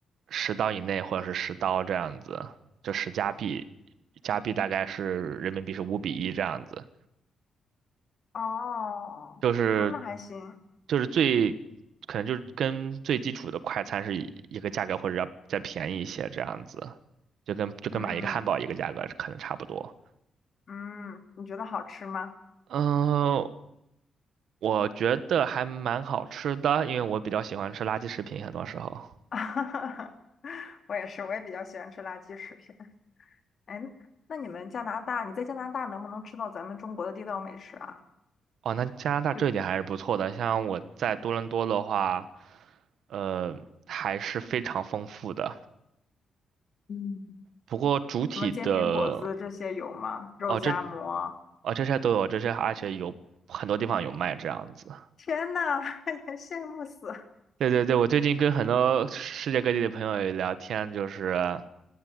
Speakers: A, on the right (about 75°); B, on the left (about 45°).
A: 十刀以内或者是十刀这样子，就十加币，加币大概是人民币是五比一这样子。
B: 哦，
A: 就是
B: 嗯那还行。
A: 就是最可能就是跟最基础的快餐是一一个价格，或者要再便宜一些这样子，就跟就跟买一个汉堡一个价格可能差不多。
B: 嗯嗯，你觉得好吃吗？
A: 嗯、我觉得还蛮好吃的，因为我比较喜欢吃垃圾食品，很多时候。
B: <laughs> 我也是，我也比较喜欢吃垃圾食品。哎，那你们加拿大，你在加拿大能不能吃到咱们中国的地道美食啊？
A: 哦，那加拿大这一点还是不错的，
B: 就
A: 像我在多伦多的话，呃，还是非常丰富的。
B: 嗯。
A: 不过主体的。
B: 什么煎饼果子这些有吗？肉夹馍，
A: 哦，这哦这些都有，这些而且有很多地方有卖这样子。
B: 天呐，<laughs> 羡慕死！
A: 对对对，我最近跟很多世界各地的朋友也聊天，就是